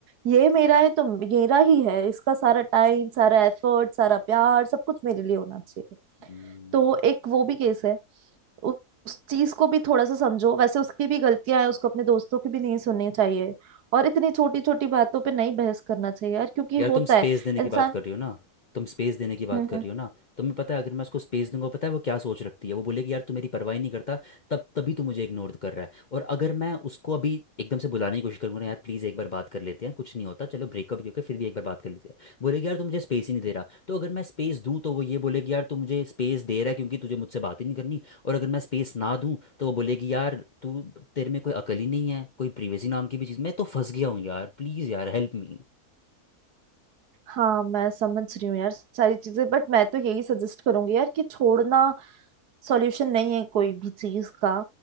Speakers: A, on the right (about 80°); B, on the left (about 45°).
A: ये मेरा है तो मेरा ही है इसका सारा टाइम सारा एफर्ट सारा प्यार सब कुछ मेरे लिए होना चाहिए
B: हम्म।
A: तो एक वो भी केस है उ- उस चीज को भी थोड़ा सा समझो वैसे उसकी भी गलतियां हैं उसको अपने दोस्तों की भी नहीं सुननी चाहिए और इतनी छोटी छोटी बातों पे नहीं बहस करना चाहिए यार क्योंकि
B: यार तुम
A: होता
B: स्पेस
A: है
B: देने
A: इंसान
B: की बात कर रही हो ना तुम स्पेस देने की बात
A: हम्म
B: कर
A: हम्म
B: रही हो ना तुम्हें पता है अगर मैं उसको स्पेस दूंगा पता है वो क्या सोच रखती है वो बोलेगी यार तू मेरी परवाह ही नहीं करता तब तभी तू मुझे इग्नोर कर रहा है और अगर मैं उसको अभी एकदम से बुलाने की कोशिश करूंगा ना यार प्लीज़ एक बार बात कर लेते हैं कुछ नहीं होता चलो ब्रेकअप ही होकर फिर भी एक बार बात कर लेते हैं बोलेगी यार तू मुझे स्पेस ही नहीं दे रहा तो अगर मैं स्पेस दूँ तो वो ये बोलेगी यार तू मुझे स्पेस दे रहा है क्योंकि तुझे मुझसे बात ही नहीं करनी और अगर मैं स्पेस ना दूँ तो वो बोलेगी यार तू तेरे में कोई अकल ही नहीं है कोई प्रिवेसी नाम की भी चीज़ मैं तो फंस गया हूँ यार प्लीज़ यार हेल्प मी
A: हाँ मैं समझ रही हूँ यार सारी चीजें बट मैं तो यही सजेस्ट करूंगी यार कि छोड़ना सॉल्यूशन नहीं है कोई भी चीज का